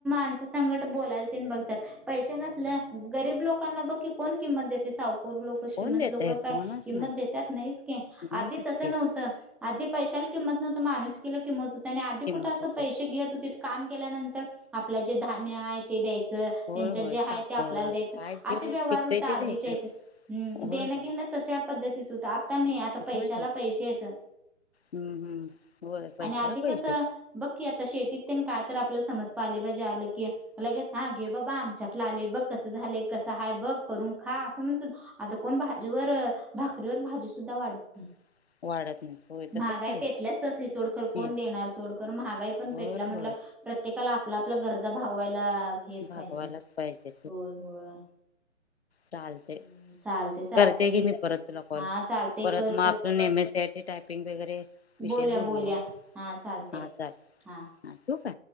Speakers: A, in the centre; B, on the left.
A: गसंट बोलायतीन बघतात पैसे नसल्या गरीब लोकांना बघ की कोण किंमत देते साऊ लोक श्रीमंत
B: कोण देतय
A: लोक काय
B: कोणच
A: किंमत
B: नाही
A: देतात नाहीस क
B: नाहीच
A: आधी तसं
B: घेत
A: नव्हतं आधी पैशाला किंमत नव्हतं माणूसकीला किंमत होतं आणि आधी
B: किंमत
A: कुठ असं
B: होती
A: पैसे घेत होतेत. काम केल्यानंतर आपलं जे धान्य आहे ते त्यांच्यात
B: होय होय
A: जे आहे
B: साखर
A: ते आपल्याला द्यायचं
B: काय जे
A: अस व्यवहार
B: पिकतय
A: होतं आधीच्या
B: ते द्यायचं
A: हित
B: होय
A: देणं
B: होय
A: घेणं तश्या पद्धतीच होत आता नाही. आता पैशाला
B: होय होय
A: पैशाचं
B: हम्म हम्म होय पैशाला
A: आणि आधी
B: पैसे
A: कसं, बघ की आता शेतीतून काय तर पालेभाजी आलं की, लगेच हा घे बाबा आमच्यातलं आले बघ कसं झालेय, कसं हाय, बघ करून खा असं म्हणतो, आता कोण भाजीवर भाकरीवर भाजी सुद्धा वाढत नाही.
B: <unintelligible> तसच
A: महागाई
B: झालंय
A: पेटल्याचसली सोडकर कोण
B: हम्म,
A: देणार सोडकर महागाई पण
B: होय
A: पेटला म्हटलं
B: होय
A: प्रत्येका आपला गरजा भागवायला हेच
B: भागवायलाच
A: पाहिजे
B: पाहिजे
A: होय, होय.
B: चालतंय
A: हम्म चालते चालते
B: करते की
A: घे
B: मी परत तुला कॉल.
A: हा चालते
B: परत
A: कर
B: मग आपलं नेहमीच <unintelligible> टायपिंग वगैरे, विषयी
A: बोलया,
B: बोलूया
A: बोलया हा चालतंय
B: हा चालेल
A: हा.
B: ठेवू काय